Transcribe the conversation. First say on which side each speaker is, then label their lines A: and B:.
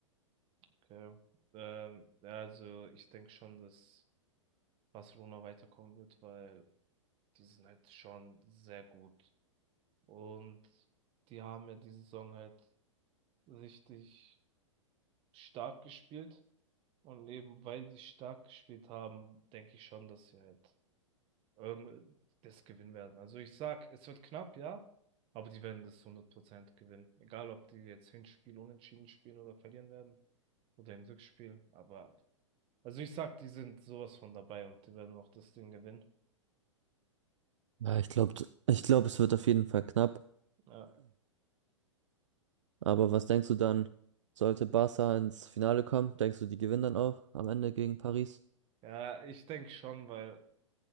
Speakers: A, on the right; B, on the right.
A: Okay. Ähm, ja, also ich denke schon, dass Barcelona weiterkommen wird, weil die sind halt schon sehr gut. Und die haben ja diese Saison halt richtig stark gespielt. Und eben weil die stark gespielt haben, denke ich schon, dass sie halt irgend das gewinnen werden. Also ich sag, es wird knapp, ja, aber die werden das hundert Prozent gewinnen. Egal, ob die jetzt Hinspiel unentschieden spielen oder verlieren werden oder im Rückspiel. Aber also ich sag, die sind sowas von dabei und die werden auch das Ding gewinnen.
B: Ja, ich glaube, ich glaube, es wird auf jeden Fall knapp.
A: Ja,
B: Aber was denkst du dann, sollte Barca ins Finale kommen? Denkst du, die gewinnen dann auch am Ende gegen Paris?
A: ja ich denke schon, weil